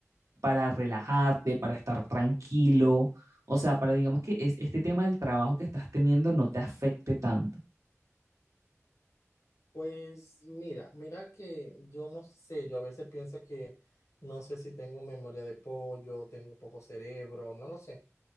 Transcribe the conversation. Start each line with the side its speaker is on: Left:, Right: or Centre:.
Right: para relajarte, para estar tranquilo? O sea, para digamos que es- este tema del trabajo que estás teniendo no te afecte tanto.
Left: Pues mira, mira que yo no sé, yo a veces pienso que no sé si tengo memoria de pollo, tengo poco cerebro, no lo sé.